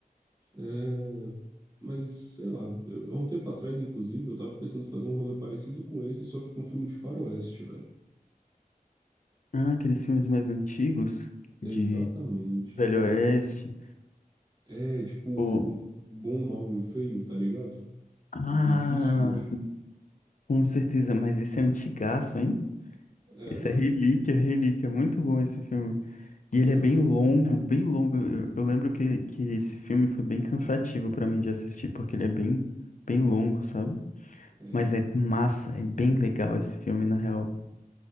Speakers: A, on the right; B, on the left.
A: É, mas, sei lá, eu- há um tempo atrás, inclusive, eu tava pensando em fazer um rolê parecido com esse, só que com um filme de faroeste, velho.
B: Ah, aqueles filmes mais antigos,
A: Exatamente,
B: de de Velho
A: tipo,
B: Oeste,
A: é tipo o
B: ou...
A: bom, o mau e o feio, tá ligado?
B: Ah,
A: Do Clint Eastwood.
B: com certeza, mas esse é antigaço, hein?
A: É,
B: Esse
A: ué.
B: é relíquia, relíquia, muito bom esse filme. E
A: Eu-
B: ele
A: eu-
B: é bem longo, bem longo. Eu, eu lembro que, que esse filme foi bem cansativo pra mim de assistir, porque ele é bem, bem longo, sabe?
A: É.
B: Mas é massa, é bem legal esse filme, na real.